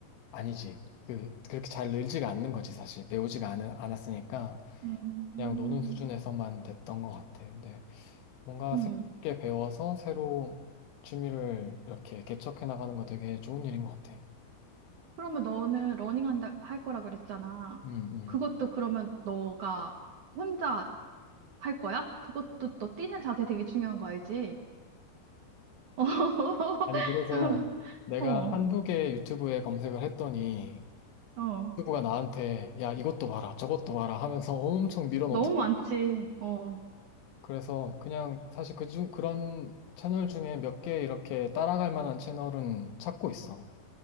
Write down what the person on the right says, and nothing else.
음.
응.
그러면 너는 러닝 한다, 할 거라 그랬잖아.
그것도 그러면 너가 혼자 할 거야? 그것도 너 뛰는 자세 되게 중요한 거 알지? <laughs>
음,
어, 어.
음,
너무 많지. 어.